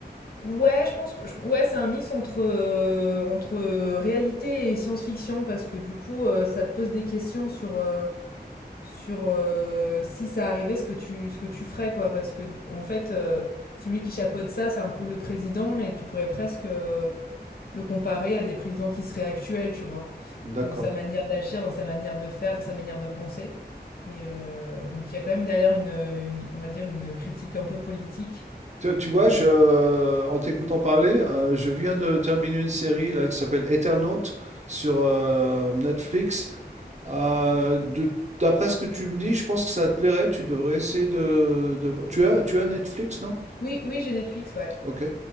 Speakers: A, on the left (about 60°); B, on the right (about 40°).
A: Ouais, je pense, je- ouais, c'est un mix entre, euh, entre réalité et science-fiction parce que du coup, euh, ça te pose des questions sur, euh, sur euh, si ça arrivait, ce que tu, ce que tu ferais, quoi. Parce que, en fait, euh, celui qui chapeaute ça, c'est un peu le président et tu pourrais presque euh, le comparer à des présidents qui seraient actuels, tu vois,
B: D'accord.
A: dans sa manière d'agir, dans sa manière de faire, dans sa manière de penser. Et euh, donc, il y a quand même derrière une, une- on va dire, une critique un peu politique.
B: Tu, tu
A: Et
B: vois,
A: euh,
B: je, euh, en t'écoutant parler, euh, je viens de terminer une série là, qui s'appelle Eternaut sur euh, Netflix. Euh, de- d'après ce que tu me dis, je pense que ça te plairait. Tu devrais essayer de, de voir. Tu as, tu as Netflix, non?
A: Oui, oui, j'ai Netflix, ouais.
B: Ok.